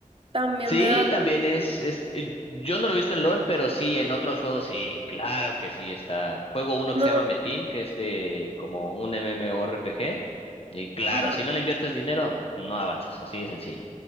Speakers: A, on the right; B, on the left.
A: también
B: Sí,
A: me da rabia.
B: también es, es, eh, yo no lo he visto en LOL, pero sí, en otros juegos sí, claro que sí está. Juego uno que
A: No,
B: se llama Metin, que es de como un MMORPG, y claro,
A: ajá.
B: si no le inviertes dinero, no avanzas, así de sencillo.